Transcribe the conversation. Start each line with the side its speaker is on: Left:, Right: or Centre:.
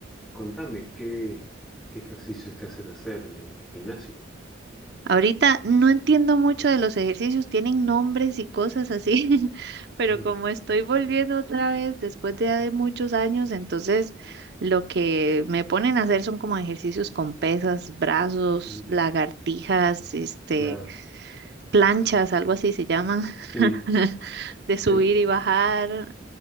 Centre: contame, ¿qué, qué ejercicios te hacen hacer en el gimnasio?
Right: Ahorita no entiendo mucho de los ejercicios, tienen nombres y cosas así, <laughs> pero
Centre: Mm,
Right: como estoy volviendo otra vez después de, de muchos años, entonces lo que me ponen a hacer son como ejercicios con pesas, brazos,
Centre: mm.
Right: lagartijas, este,
Centre: Claro,
Right: planchas, algo así se llaman,
Centre: sí.
Right: <laughs> de subir
Centre: En-
Right: y bajar.